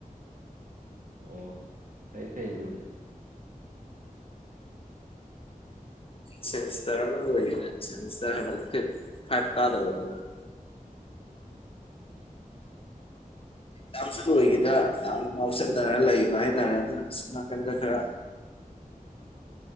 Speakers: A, on the right; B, on the left.
A: ꯑꯣ ꯐꯩ ꯐꯩ ꯑꯗꯨꯕꯨꯗꯤ
B: ꯁꯃꯤꯁꯇꯔ ꯑꯃ ꯂꯣꯏꯒꯦꯅꯦ ꯁꯃꯤꯁꯇꯔ ꯍꯟꯗꯛꯇ ꯍꯥꯏꯥꯏꯞ ꯀꯥꯗꯧꯕ ꯑꯦꯀꯒꯝꯁꯨ ꯂꯣꯏꯈꯤꯗ꯭ꯔ ꯌꯥꯝꯅ ꯉꯥꯎ ꯆꯠꯅꯔꯒ ꯂꯩꯕ ꯍꯥꯏꯇꯥꯔꯦ ꯑꯗꯨꯅ ꯁꯁꯝ ꯅꯥꯀꯟꯗ ꯈꯔ